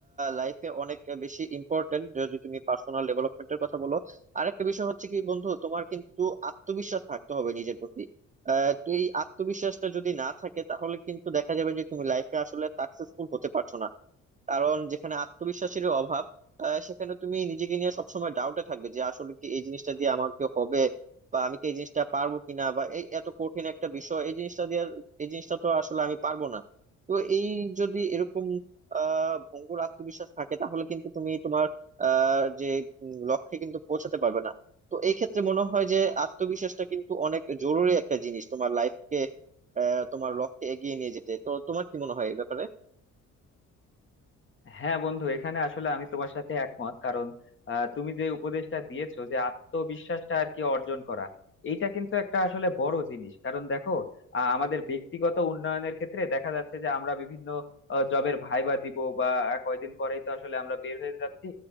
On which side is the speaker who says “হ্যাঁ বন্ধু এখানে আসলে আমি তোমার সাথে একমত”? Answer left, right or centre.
Left